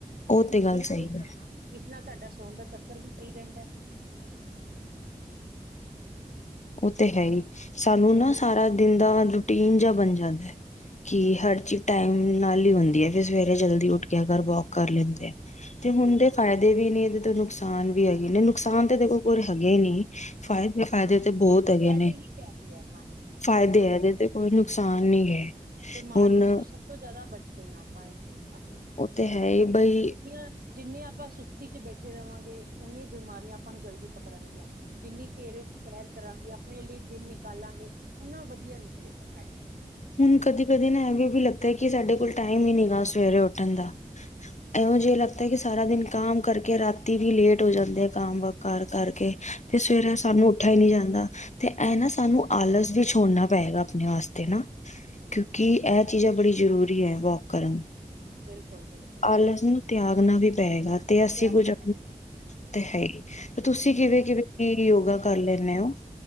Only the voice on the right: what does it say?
ਇਹੀ
ਇਹ
ਹਾਂ ਕਿਸ ਨਾਲ ਤੁਹਾਡਾ ਸੋਣ ਦਾ ਚੱਕਰ ਵੀ ਸਹੀ ਰਹਿੰਦਾ
ਹੈ।
ਬਿਲਕੁਲ
ਹਾਂ
ਫਾਇਦੇ
ਹੀ ਫਾਇਦੇ ਆ ਆਪਾਂ ਨੂੰ
ਜਦੋਂ ਮਰਜ਼ੀ
ਬਿਮਾਰੀਆਂ
ਤੋਂ ਸਭ ਤੋਂ ਜ਼ਿਆਦਾ ਬਚਦੇ ਹਾਂ ਆਪਾਂ ਇੱਥੇ ਆਪ ਕਿਉਂਕਿ
ਜਿੰਨੀਆਂ ਜਿੰਨੇ ਆ ਆਪਾਂ ਸੁਸਤੀ ਵਿੱਚ ਬੈਠੇ ਰਹਾਂਗੇ ਉਨੇ ਬਿਮਾਰੀਆਂ ਆਪਾਂ ਨੂੰ ਜਲਦੀ ਪਕੜਨਗੀਆਂ ਜਿੰਨੀ ਸਵੇਰੇ ਸੈਰ ਕਰਾਂਗੇ ਆਪਣੇ ਲਈ ਦਿਨ ਨਿਕਾਲਾਂਗੇ ਓਨਾ ਵਧੀਆ ਨਿਕਲੇਗਾ ਟਾਈਮ
ਬਿਲਕੁਲ ਬਿਲਕੁਲ
ਸਹੀ ਸਹੀ
ਅਗਨਾ
ਪੈ
ਸਹੀ